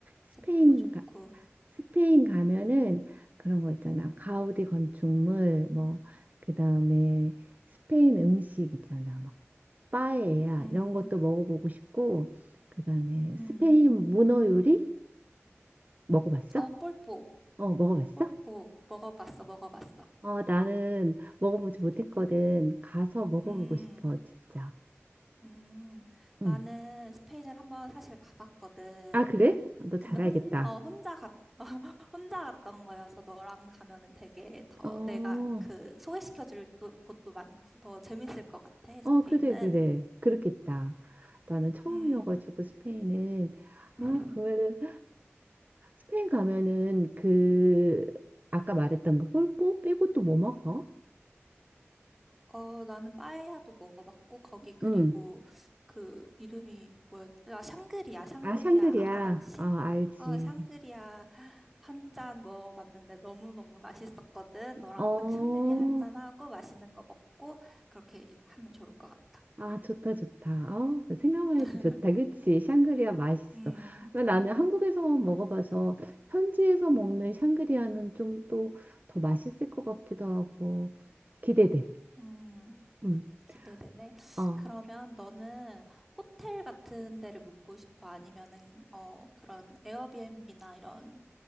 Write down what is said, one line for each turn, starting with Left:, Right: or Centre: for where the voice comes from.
Right: 스페인
Centre: 체코도 좋고,
Right: 가, 스페인 가면은 그런 거 있잖아. 가우디 건축물, 뭐, 그 다음에 스페인 음식 있잖아. 막, 빠에야,
Centre: 음,
Right: 이런 것도 먹어보고 싶고, 그 다음에
Centre: 음.
Right: 스페인 문어 요리? 먹어봤어?
Centre: 어, 폴포,
Right: 어, 먹어봤어?
Centre: 폴포, 먹어봤어, 먹어봤어.
Right: 어, 나는 먹어보지 못했거든. 가서 먹어보고
Centre: 음.
Right: 싶어, 진짜.
Centre: 음, 나는
Right: 응.
Centre: 스페인을 한번 사실 가봤거든.
Right: 아, 그래? 아, 너잘
Centre: 근데 혼,
Right: 알겠다.
Centre: 어, 혼자 갔, <laughs> 혼자 갔던 거여서 너랑 가면은 되게 더
Right: 어,
Centre: 내가 그 소개시켜줄 또- 곳도 많고 더 재밌을 것 같아, 스페인은.
Right: 어, 그래, 그래. 그렇겠다. 나는 처음이어가지고
Centre: 음.
Right: 스페인은,
Centre: <laughs>
Right: 아, 그러면은, 스페인 가면은 그, 아까 말했던 그 폴포 빼고 또 뭐 먹어?
Centre: 어, 나는 빠에야도 먹어봤고, 거기 그리고
Right: 응.
Centre: 그 이름이 뭐였더라? 아, 샹그리아, 샹그리아
Right: 아, 샹그리아.
Centre: 알아, 혹시?
Right: 아, 알지.
Centre: 어, 샹그리아 한 잔 먹어봤는데 너무너무 맛있었거든. 너랑
Right: 어,
Centre: 딱 샹그리아 한 잔하고 맛있는 거 먹고, 그렇게 이- 하면 좋을 것 같다.
Right: 아, 좋다, 좋다. 어, 그 생각만
Centre: <laughs>
Right: 해도 좋다. 그치? 샹그리아 맛있어.
Centre: 음,
Right: 나는 한국에서 먹어봐서 현지에서 먹는 샹그리아는 좀 또 더 맛있을 것 같기도 하고 기대돼.
Centre: 음,
Right: 음.
Centre: 기대되네.
Right: 어.
Centre: 그러면 너는 호텔 같은 데를 묵고 싶어? 아니면은, 어, 그런 에어비앤비나 이런